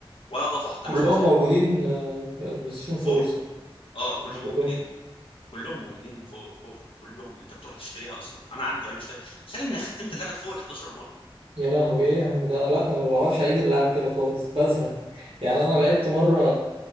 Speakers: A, on the left; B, on the right.
A: ولا اضافوا حتى
B: كلهم
A: ميشن زياده
B: موجودين آه، ب- بلاي ستيشن 4
A: فور
B: صح
A: اه كلهم
B: مش كلهم
A: موجودين كلهم موجودين فور, فور. كلهم انت بتروح تشتريها اصلا انا عندي انا اشتري تخيل اني ختمت اللعبه فوق ال 11 مره
B: يا لهوي ايه يا عم ده لا ما بعرفش اعيد اللعب كده خالص بزهق يعني انا لعبت مره